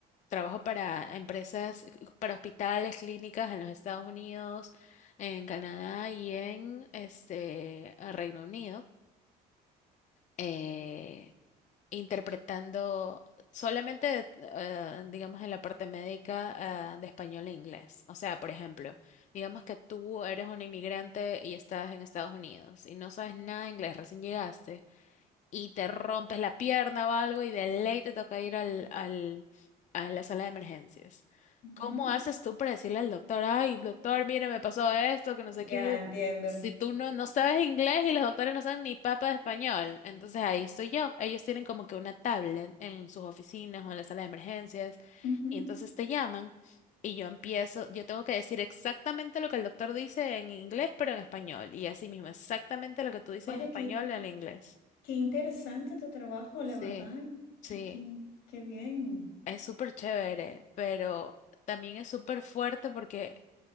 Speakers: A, on the left; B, on the left.
A: trabajo para empresas, eh, para hospitales, clínicas en los Estados Unidos, en Canadá y en este Reino Unido, eh, interpretando solamente, eh, digamos, en la parte médica, eh, de español e inglés. O sea, por ejemplo, digamos que tú eres un inmigrante y estás en Estados Unidos y no sabes nada de inglés, recién llegaste y te rompes la pierna o algo y de ley te toca ir al, al, a la sala de emergencias.
B: Ujú.
A: ¿Cómo haces tú para decirle al doctor, ay, doctor, mire, me pasó esto, que no sé
B: Ya
A: qué?
B: entiendo.
A: Si tú no, no sabes inglés y los doctores no saben ni papa de español, entonces ahí estoy yo. Ellos tienen como que una tablet en sus oficinas o en la sala de emergencias
B: Ujú.
A: y entonces te llaman y yo empiezo, yo tengo que decir exactamente lo que el doctor dice en inglés, pero en español y así mismo, exactamente lo que tú dices
B: Oye,
A: en español
B: qué,
A: en inglés.
B: qué interesante tu trabajo,
A: Sí,
B: la verdad.
A: sí,
B: Qué, qué- qué bien.
A: es súper chévere, pero también es súper fuerte porque